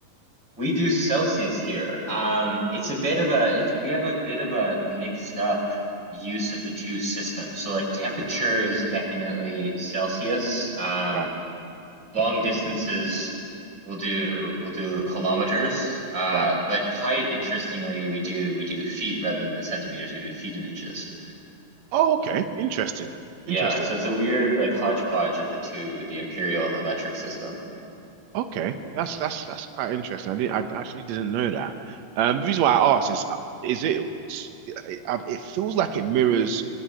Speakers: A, on the right; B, on the right.
A: We do Celsius here. Um, it's a bit of a it's we have a bit of a mixed up use of the two systems. So like temperature is definitely Celsius. Um,
B: Right,
A: long distances we'll do we'll do kilometers. Uh,
B: right.
A: but height, interestingly, we do we do feet rather than centimeters. We do feet and inches.
B: Oh, okay. Interesting.
A: Yeah,
B: Interesting.
A: so it's a weird like hodgepodge of the two, the imperial and the metric system.
B: Okay, that's that's that's quite interesting. I didn't, I actually didn't know that. Um, the reason why I asked is, uh, is it, it, um, it feels like it mirrors.